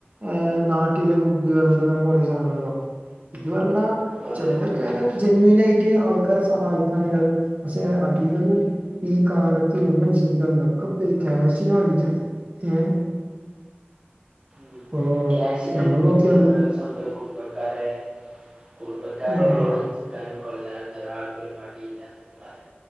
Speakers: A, on the right; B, on the right.
A: ഏ നാ ഫുഡ്ഡു പോലത്തെ കുറെ സാധനങ്ങളുണ്ടാവും ഇതു പറഞ്ഞാൽ
B: അതെ
A: ചെലതൊക്കെ ജെനുവിനായിട്ടേ ആൾക്കാരെ സഹായിക്കാനാകും പക്ഷെ അധികവും ഈ കാലത്ത് ഒന്നും ചിന്തകളില്ല ഒക്കെ പോയി കാശിനുവേണ്ടീട്ടാണ് ഏഹ്
B: ഉം
A: ഓ
B: <unintelligible> സ്വന്ത
A: ഞമ്മള് നോക്കിയാൽ മതി
B: കുടുംബക്കാരായ കുടുംബക്കാരെ
A: ആ
B: തല്ലാനും കൊല്ലാനും ഒരാൾക്കൊരു മടിയില്ലാത്തൊരു കാലം